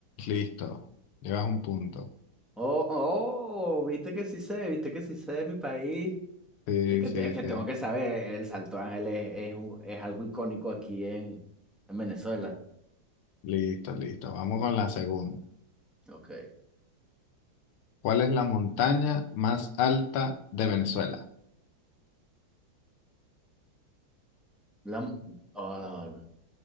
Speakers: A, on the left (about 80°); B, in the centre.
A: Listo. Llevas un punto.
B: Oh, oh, viste que sí sé, viste que sí sé de mi país.
A: Sí,
B: Es que,
A: sí,
B: te- es que
A: sí.
B: tengo que saber, el Salto Ángel es, es, un- es algo icónico aquí en, en Venezuela.
A: Listo, listo. Vamos con la segunda.
B: Ok.
A: ¿Cuál es la montaña más alta de Venezuela?
B: La, m- ah,